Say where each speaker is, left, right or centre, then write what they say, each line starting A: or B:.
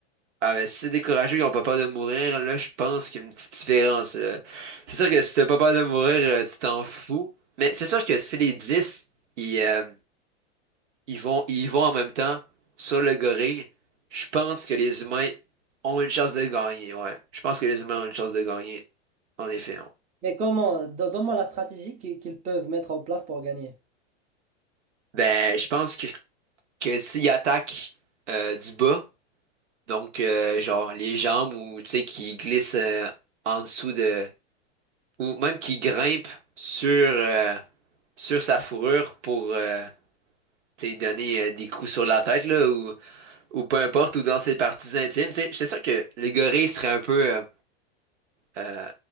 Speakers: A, on the right (about 90°); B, on the right (about 20°).
A: ah ben si c'est des courageux, ils ont pas peur de mourir, là, je pense qu'il y a une petite différence. là. C'est sûr que si t'as pas peur de mourir, euh, tu t'en fous. Mais c'est sûr que si les 10 ils, euh, Ils vont, ils vont en même temps sur le gorille. Je pense que les humains ont une chance de gagner, ouais. Je pense que les humains ont une chance de gagner, en effet. ouais.
B: Mais comment, don- donne-moi la stratégie qui- qu'ils peuvent mettre en place pour gagner.
A: Ben, je pense que, que s'ils attaquent euh, du bas, donc euh, genre les jambes ou tu sais qui glissent euh, en dessous de ou même qui grimpent sur euh, sur sa fourrure pour euh, tu sais, donner euh, des coups sur la tête là ou ou peu importe ou dans ses parties intimes, tu sais, c'est sûr que le gorille serait un peu euh, Euh,